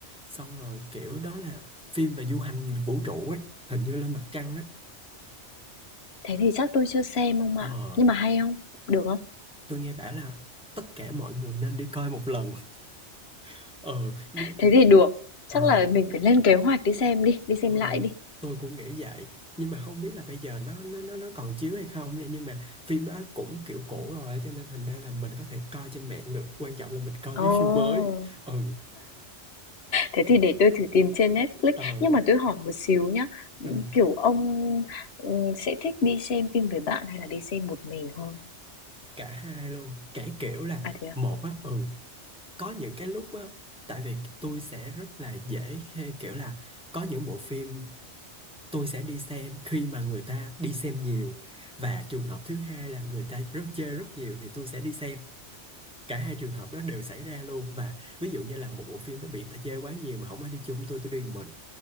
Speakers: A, in the centre; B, on the left (about 60°).
A: xong rồi kiểu đó là phim về du hành vũ trụ ấy hình như lên mặt trăng á
B: Thế thì chắc tôi chưa xem ông ạ.
A: ờ
B: Nhưng mà hay không? Được không?
A: tôi nghe bảo là tất cả mọi người nên đi coi một lần <laughs> ờ nhưng
B: Thế thì được. Chắc
A: ờ
B: là mình phải lên kế hoạch đi xem đi, đi xem
A: Ừ,
B: lại đi.
A: tôi cũng nghĩ vậy nhưng mà không biết là bây giờ nó nó nó nó còn chiếu hay không nha nhưng mà phim đó cũng kiểu cũ rồi cho nên thành ra là mình có thể coi trên mạng được quan trọng là mình coi
B: Ồ.
A: mấy phim mới ừ
B: Thế thì để tôi thử tìm trên Netflix,
A: ờ
B: nhưng mà tôi hỏi một xíu nhá,
A: ừ,
B: kiểu ông, ừm, sẽ thích đi xem phim với bạn hay là đi xem một mình hơn?
A: cả hai luôn cái kiểu là
B: À, thế à?
A: một á ừ có những cái lúc á tại vì tôi sẽ rất là dễ khi kiểu là có những bộ phim tôi sẽ đi xem khi mà người ta đi xem nhiều và trường hợp thứ hai là người ta rất chơi rất nhiều thì tôi sẽ đi xem cả hai trường hợp đó đều xảy ra luôn và ví dụ như là một bộ phim đó bị người ta chê quá nhiều mà không ai đi chung tôi tôi đi một mình